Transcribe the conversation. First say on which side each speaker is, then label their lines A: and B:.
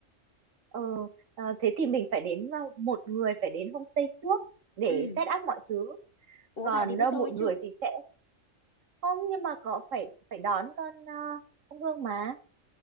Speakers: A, on the right; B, on the left.
A: ừ, ờ, thế thì mình phải đến ờ, một người phải đến homestay trước để
B: ừ.
A: set up mọi thứ
B: ủa
A: còn
B: bà đi với
A: ờ,
B: tôi
A: một người
B: chứ
A: thì sẽ không nhưng mà có phải phải đón con ờ, con Hương mà